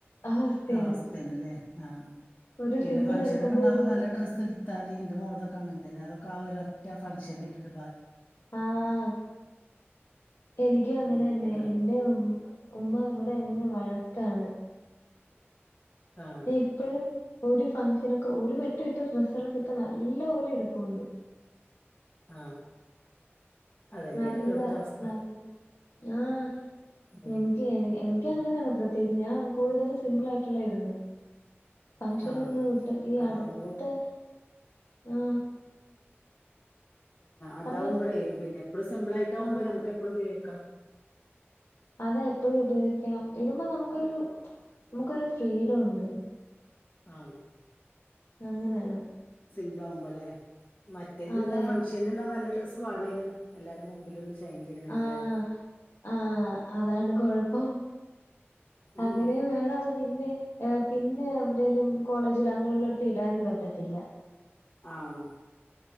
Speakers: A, on the left; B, on the left.
A: അവസ്ഥയാണ്
B: ആ അവസ്ഥേണ് ലേ. ആഹ്,
A: ഒരു
B: പിന്നെ
A: സിമ്പിൾ
B: ഫംഗഷനക്കെ
A: എടുക്കുമ്പോ
B: ഉ ഇണ്ടാവുമ്പൊ
A: ഒരു
B: നല്ല ഡ്രസ്സ് ഇട്ത്താല് ഇന്റെ മോള്ക്കൊക്കെ അങ്ങനെ തന്നെ. അതൊ ആ ഒറ്റ ഫംഗ്ഷൻ ഇട്ടിട്ട് ബ
A: ആഹ് എനിക്കും അങ്ങനെന്നെ
B: അങ്ങനെയൊക്കെയാണ്
A: എന്റെ ഉ ഉമ്മ ഇവിടെ എന്നെ വഴക്കാണ്.
B: ആഹ്
A: നീ ഇപ്പഴും, ഒരു ഫംഗഷനൊക്കെ ഒരു വെട്ട ഇട്ട ഡസണൊക്കെ ഇപ്പ നല്ല പോോലെ എടുപ്പുണ്ട്
B: ആ അതന്നെയയാണ്
A: നല്ല
B: എല്ലോടുത്തു അവസ്ഥ
A: നല്ല ആഹ്
B: ഉം
A: എനിക്ക് എൻ എൺ നിക്ക് അങ്ങനെയാണ് പ്രത്യേകിച്ച് ഞാൻ കൂടുതലും സിമ്പിൾ ആയിട്ടുള്ള ഇടുന്നെ ഫങ്ഷൻന്ന്
B: ആഹ്
A: വിട്ട് ഈ
B: അതാവുമ്പോ
A: അടുത്ത ആഹ്
B: അതാവുമ്പോളേ
A: പറഞ്ഞോ
B: പിന്നെ എപ്പും സിമ്പിൾ ആയിട്ടാവുമ്പോ
A: ആഹ്
B: നമ്മുക്ക് എപ്പളും ഉപയോഗി ക്ക
A: അതെ എപ്പോഴും ഉപയോഗിക്കാം ഇടുമ്പോ നമുക്കൊരു നമുക്കൊരു ഫ്രീഡം ഉണ്ട്
B: ആഹ്
A: അങ്ങനെയാണ്
B: സിമ്പിൾ ആവുമ്പോല്ലേ മറ്റേത്
A: അതെ
B: ഫൺഷന് ഇട്ന്ന നല്ല ഡ്രസ്സ് മാണേനും എല്ലാരിം മുമ്പിൽ ഒന്ന് ഷൈൻ ചെയ്യണെങ്കിലെ
A: ആഹ് ആഹ് അതാണ് കൊഴപ്പം. അങ്ങനെ
B: ഉം
A: വേണ അത് പിന്നെ ഏഹ് പിന്നെ എവിടേലും കോളേജില് അങ്ങനെള്ളട്ത്ത് ഇടാനും പറ്റത്തില്ല.
B: ആഹ്